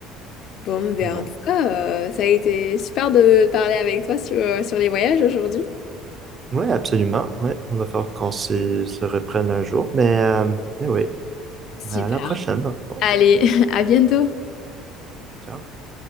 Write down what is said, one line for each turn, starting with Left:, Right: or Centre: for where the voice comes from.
Left: Bon, ben
Right: mais bon.
Left: en tout cas, euh, ça a été super de parler avec toi sur, euh, sur les voyages aujourd'hui.
Right: Ouais, absolument. Ouais, on va falloir qu'on s'y-
Left: Oui.
Right: se reprenne un jour, mais euh, mais oui,
Left: Super.
Right: à la prochaine dans le fond.
Left: Allez, <laughs> à bientôt.
Right: Ciao.